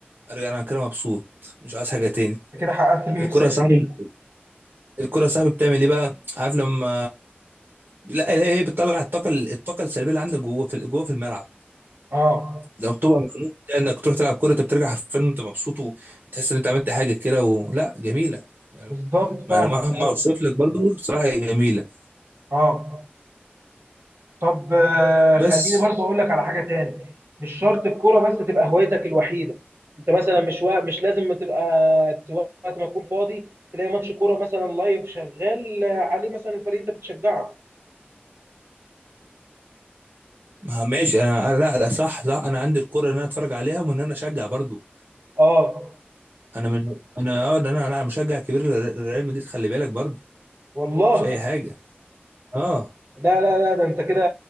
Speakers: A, on the right; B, on the right.
A: أرجع أنا كده مبسوط مش عايز حاجة تاني
B: كده حققت اللي
A: الكورة
B: نفسك
A: يا صاحبي
B: فيه
A: الكرة يا صاحبي بتعمل ايه بقى عارف لما لا هي هي بتطلع الطاقة الطاقة السلبية اللي عندك جوه في جوه في الملعب
B: اه
A: لما بتبقى مخنوق انك تروح تلعب كورة انت بترجع حرفيا انت مبسوط وتحس ان انت عملت حاجة كده ولا جميلة يعني
B: بالظبط فاهمك
A: ما انا مهما
B: ايوه
A: اوصف لك برضو صراحة هي جميلة
B: اه طب آه،
A: بس
B: خليني برضه اقول لك على حاجه تاني مش شرط الكوره بس تبقى هوايتك الوحيده انت مثلا مش وق... مش لازم تبقى ت- وقت ما تكون فاضي تلاقي ماتش كوره مثلا لايف شغال آه، عليه مثلا الفريق انت بتشجعه
A: ما ماشي انا أنا- لا لا صح صح انا عندي الكرة ان انا اتفرج عليها وان انا اشجع برضو
B: اه
A: انا من انا اه ده انا انا مشجع كبير لريال مدريد خلي بالك برضو
B: والله
A: مش اي حاجة اه
B: لا لا لا ده انت كده